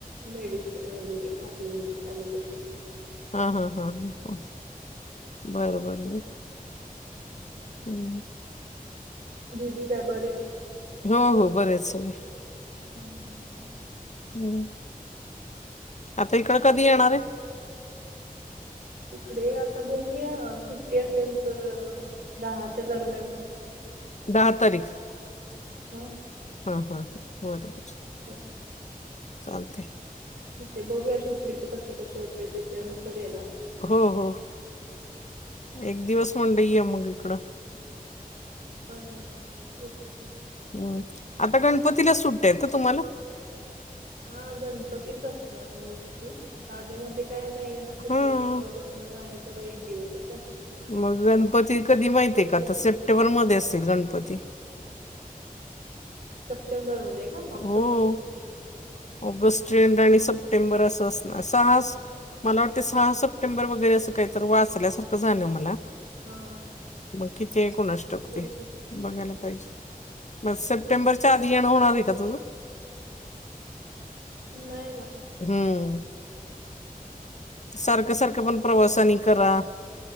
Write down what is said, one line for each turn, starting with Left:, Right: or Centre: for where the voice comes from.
Right: मेडिशन आपले अलोबथिक
Left: हा. हा हा ह बर. बर बर हम्.
Right: बिझीस, आहे. बरे
Left: हो. हो. बरेच सग
Right: हम् <unintelligible>
Left: हम्म आता इकड कधी येणार आहे.
Right: इकडे आता बघूया सुट्टी असेल. तर दहाच्या दरम्यान
Left: दहा तारीख
Right: ह
Left: हा, हा, हा बरोबर
Right: <unintelligible>
Left: चालतंय.
Right: ते बघूया सुट्टीच कसं, कसं होत तेच्या नुसार येनार
Left: हो, हो एक दिवस म्हणल ये मग इकडं
Right: होय, होय येते कि
Left: हम् आता गणपतीला सुट्ट्या हायत का तुम्हाला?
Right: हा गणपतीच असणार मोस्टली आता आधी मध्ये काय नाही ना तस
Left: हं.
Right: रक्षाबंधन आहे तर एक दिवसच आहे
Left: मग गणपती कधी माहिती आहे. का आता
Right: तेवढं
Left: सेप्टेंबर मध्ये असेल गणपती
Right: सप्टेंबर मध्ये का ऑक्टोबर
Left: हो
Right: मध्ये
Left: ऑगस्ट एंड आणि सप्टें प्टेंबर असं असणार सहा मला वाटतं सहा सप्टेंबर वगैरे असं काहीत वाचल्या सार रखं मला
Right: हा
Left: मग किती कुणाष्टोक
Right: असेल
Left: ते
Right: की.
Left: बघायला पाहिजे. मग सप्टेंबरच्या आधी येणं होणार आहे का तुझं?
Right: नाही ना
Left: हम्म सारखं, सारखं पण प्रवासानी करा